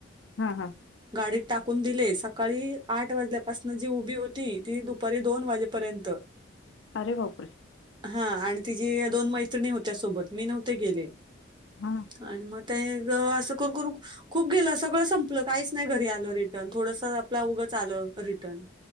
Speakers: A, on the left; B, on the right.
A: हा हा.
B: गाडीत टाकून दिले. सकाळी आठ वाजल्यापासन जी उभी होती, ती दुपारी दोन वाजेपर्यंत
A: अरे बापरे!
B: हा आणि तिची दोन मैत्रिणी होत्या सोबत. मी नव्हते गेले.
A: हा
B: आणि मग ते अस करून करू खूप गेलं, सगळं संपलं. काहीच नाही घरी आलं रिटर्न, थोडस आपलं उगंच आलं रिटर्न